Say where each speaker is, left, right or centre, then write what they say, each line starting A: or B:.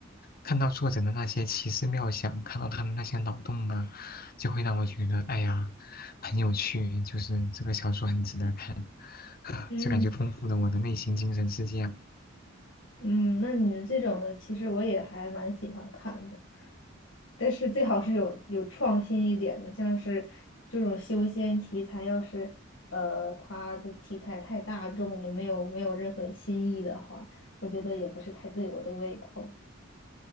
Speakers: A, on the left; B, on the left.
A: 看到作者的那些奇思妙想，看到他们那些脑洞啊，就会让我觉得哎呀很有趣，就是这个小说很值得看，<laughs>
B: 嗯
A: 就感觉丰富了我的内心精神世界啊。
B: 嗯，那你的这种呢，其实我也还蛮喜欢看的。但是最好是有有创新一点的，像是这种修仙题材，要是呃它的题材太大众了，没有没有任何新意的话，我觉得也不是太对我的胃口。